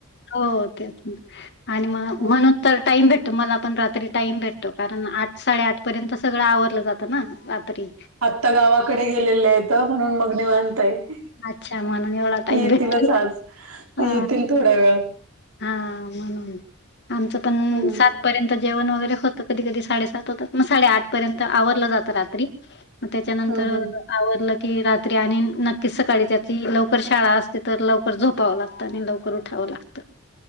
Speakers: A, on the left (about 55°); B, on the right (about 85°).
A: हो तेच की आणि मग
B: हं.
A: म्हणून तर टाइम भेट तुम्हाला पण रात्री टाइम भेटतो, कारण आठ साडे आठपर्यंत सगळं आवरलं जातं ना रात्री.
B: त्या गावाकडे गेलेलं आहेत म्हणून मग निवांत आहे.
A: अच्छा म्हणून एवढा टाइम
B: येतीलच
A: भेटतो
B: आज,
A: हा
B: येतील थोड्या वेळात.
A: हा म्हणून. आमचं पण
B: हं.
A: सात पर्यंत जेवण वगैरे होत. कधी कधी साडेसात होतात, मग साडे आठ पर्यंत आवरलं जातं रात्री. मग त्याच्यानंतर
B: हं, हं.
A: आवरलं. की रात्री आणि नक्कीच सकाळी त्याची लवकर शाळा असते, तर लवकर झोपावं लागतं आणि लवकर उठावं लागतं.